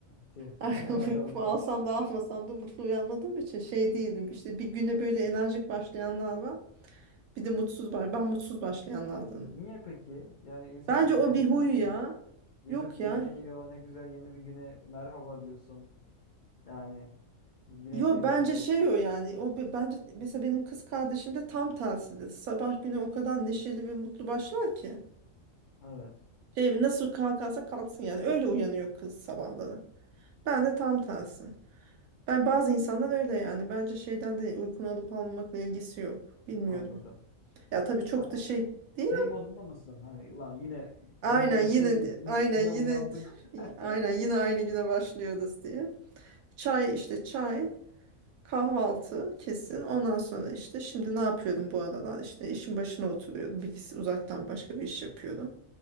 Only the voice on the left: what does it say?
Tüh.
<laughs> Hay
Allah.
Niye peki? Yani insan
gece
dinlenmiş,
vücut
dinleniyor. Ne güzel yeni bir güne merhaba diyorsun. Yani güneş
yeniden
doğmuş.
Evet,
anladım.
Hani
şey modunda mısın? Hani ulan yine
yine
yaşıyoruz.
Yine,
yine
uyandık.
<laughs>